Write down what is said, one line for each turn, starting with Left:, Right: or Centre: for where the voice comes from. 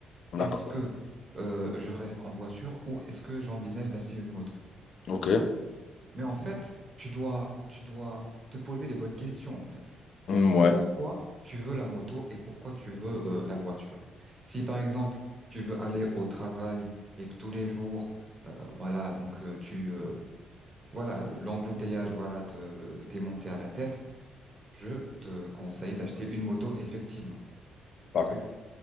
Left: D'accord.
Right: Est-ce que euh, je reste en voiture ou est-ce que j'envisage d'acheter une moto?
Left: Ok.
Right: Mais en fait, tu dois, tu dois te poser les bonnes questions, en fait.
Left: Mm, ouais.
Right: Pourquoi tu veux la moto et pourquoi tu veux euh, la voiture? Si par exemple, tu veux aller au travail et que tous les jours, euh, voilà, donc euh, tu, euh, Voilà, le- l'embouteillage, voilà, te, t'es monté à la tête. Je te conseille d'acheter une moto, effectivement.
Left: D'accord.
Right: T'as vu?